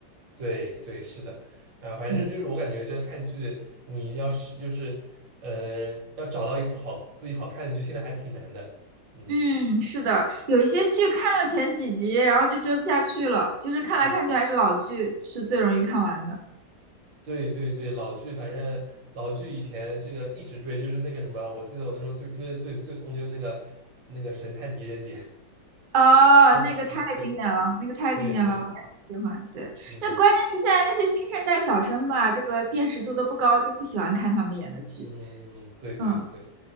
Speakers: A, on the right; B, on the right.
A: 对对是的，啊、反正就是我感觉这看剧，
B: 嗯。
A: 你要是就是呃要找到一部好自己好看的剧，现在还挺难的，嗯。
B: 嗯，是的，有一些剧看了前几集，然后就追不下去了，就是看来看去还是老剧是最容易看完的。
A: 嗯对对对，老剧，反正老剧以前这个一直追，就是那个什么，我记得我那时候最追的最最疯就是那个那个神探狄仁杰，
B: 哦，
A: <laughs> 好几季，
B: 那个太经典了，
A: 对
B: 那个太经典了，
A: 对对，
B: 我也很喜欢。对，
A: 嗯
B: 那关键是现在那些新生代小生吧，这个辨识度都不高，就不喜欢看他们演的剧。
A: 嗯嗯，对对对
B: 嗯，